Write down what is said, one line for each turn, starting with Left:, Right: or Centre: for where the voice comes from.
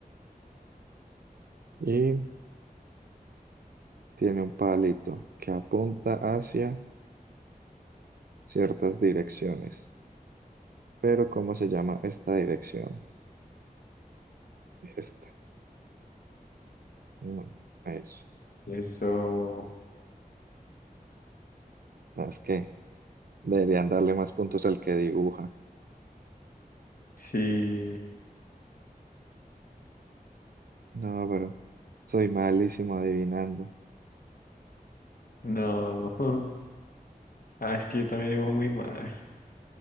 Right: Y tiene un palito que apunta hacia ciertas direcciones. Pero ¿cómo se llama esta dirección? Esta. No, a eso.
Left: eso.
Right: No, es que deberían darle más puntos al que dibuja.
Left: Sí,
Right: No, pero soy malísimo adivinando.
Left: no. <laughs> Ah, es que yo también digo muy mal.